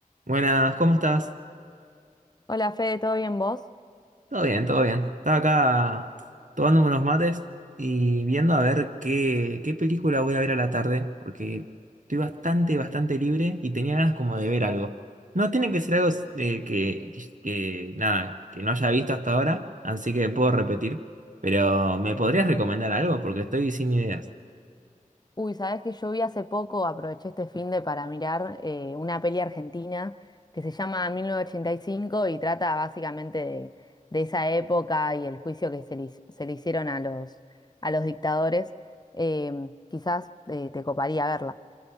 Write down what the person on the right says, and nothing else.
Buenas, ¿cómo estás?
Todo bien, todo bien. Estaba acá tomándome unos mates y viendo a ver qué, qué película voy a ver a la tarde, porque estoy bastante, bastante libre y tenía ganas como de ver algo. No tiene que ser algo eh, que, que, nada, que no haya visto hasta ahora, así que puedo repetir, pero ¿me podrías recomendar algo? Porque estoy sin ideas.